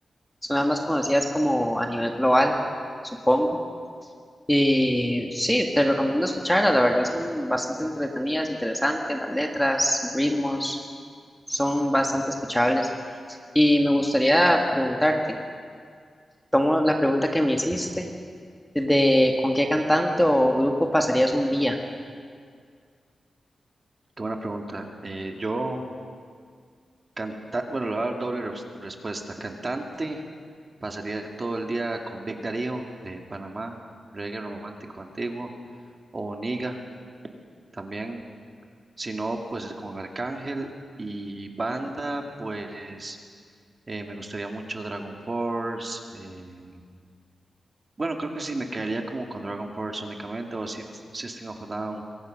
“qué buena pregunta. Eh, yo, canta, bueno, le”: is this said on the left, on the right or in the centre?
Right